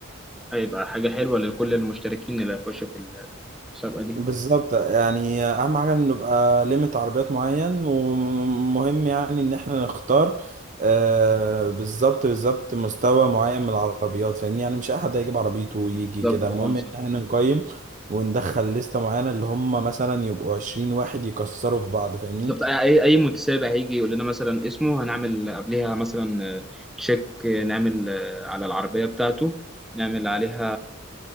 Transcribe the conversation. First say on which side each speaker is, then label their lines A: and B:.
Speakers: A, in the centre; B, on the right.
A: هيبقى حاجة حلوة لكل المشتركين اللي هيخشوا في المسابقة دي
B: بالظبط يعني اهم حاجه ان نبقى ليميت عربيات معين ومهم يعني ان احنا نختار آه بالظبط بالظبط مستوى معين من العربيات فاهمني يعني مش اي حد هيجيب عربيته ويجي
A: بالظبط
B: كده المهم
A: اه صح.
B: ان احنا نقيم وندخل لستة معينة اللي هم مثلا يبقوا عشرين واحد يكسروا في بعض فاهمني
A: بالظبط اي اي متسابق هيجي يقول لنا مثلا اسمه هنعمل قبلها مثلا آه، تشيك آه، نعمل آه، على العربيه بتاعته نعمل عليها